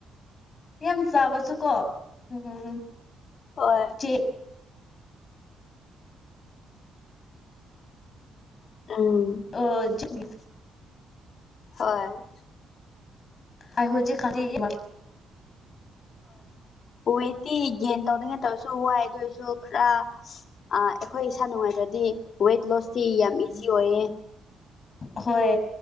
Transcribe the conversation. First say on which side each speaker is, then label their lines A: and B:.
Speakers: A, on the left; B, on the left.
A: ꯌꯥꯝ ꯆꯥꯕꯁꯨꯀꯣ ꯎꯝ
B: ꯍꯣꯏ
A: ꯆꯦ
B: ꯎꯝ
A: ꯑꯣ ꯆꯤꯡꯒꯤ
B: ꯍꯣꯏ
A: ꯑꯩ ꯍꯨꯖꯤꯀꯥꯟꯗꯤ ꯏꯕ
B: ꯍꯣꯏ ꯋꯦꯠꯇꯤ ꯒꯦꯟ ꯇꯧꯅꯤꯉꯥꯏ ꯇꯧꯔꯁꯨ ꯋꯥꯏꯗꯨ ꯑꯣꯏꯁꯨ ꯈꯔ ꯑ ꯑꯩꯈꯣꯏ ꯏꯁꯥ ꯅꯨꯡꯉꯥꯏꯇꯔꯗꯤ ꯋꯦꯠ ꯂꯣꯁꯇꯤ ꯌꯥꯝ ꯏꯖꯤ ꯑꯣꯏꯌꯦ
A: ꯑꯍꯣꯏ